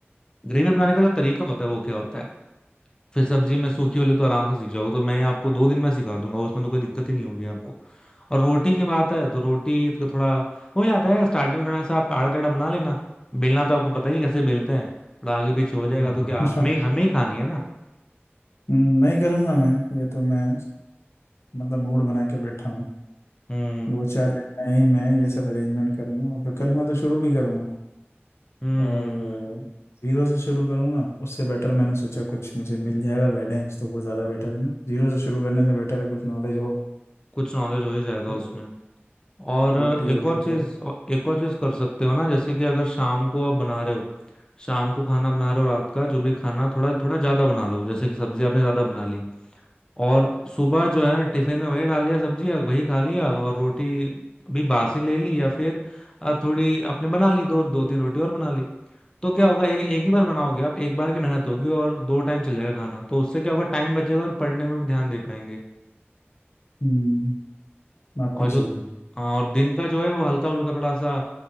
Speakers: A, on the left; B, on the left.
A: ग्रेवी बनाने का जो तरीका होता है वो क्या होता है फिर सब्जी में सूखी वाली तो आराम से सीख जाओगे तो मैं आपको दो दिन में सिखा दूंगा उसमें तो कोई दिक्कत ही नहीं होगी आपको और रोटी की बात है तो रोटी का थोड़ा हो जाता है स्टार्टिंग में थोड़ा सा आप आड़ा टेढ़ा बना लेना बेलना तो आपको पता ही है कैसे बेलते हैं थोड़ा आगे पीछे हो जाएगा
B: हाँ।
A: तो क्या हमें हमें ही खानी है ना
B: नहीं करूंगा मैं ये तो मैं मतलब मूड बना के बैठा हूँ
A: हम्म
B: दो चार दिन में ही मैं ये सब अरेंजमेंट करूंगा और फिर करूंगा तो शुरू भी करूंगा
A: हम्म
B: और
A: हम्म, हम्म।
B: जीरो से शुरू करूंगा उससे बेटर मैंने सोचा कुछ मुझे मिल जाएगा गाइडेंस तो वो ज़्यादा बेटर है ना जीरो से शुरू करने से बेटर है कुछ नॉलेज हो
A: कुछ नॉलेज हो ही जाएगा
B: तो
A: उसमें और अ,
B: रोटी
A: एक
B: वोटी
A: और चीज
B: तो
A: और एक और चीज कर सकते हो ना जैसे कि अगर शाम को आप बना रहे हो शाम को खाना बना रहे हो रात का जो भी खाना थोड़ा थोड़ा ज्यादा बना लो जैसे कि सब्जी आपने ज्यादा बना ली और सुबह जो है टिफिन में वही डाल लिया सब्जी और वही खा लिया और रोटी भी बासी ले ली या फिर अ, थोड़ी आपने बना ली दो दो तीन रोटी और बना ली तो क्या होगा एक एक ही बार बनाओगे आप एक बार की मेहनत होगी और दो टाइम चल जाएगा खाना तो उससे क्या होगा टाइम बचेगा और पढ़ने में भी ध्यान दे पाएंगे
B: हम्म बात
A: और
B: तो सही
A: जो
B: है
A: हाँ, और दिन का जो है वो हल्का फुल्का थोड़ा सा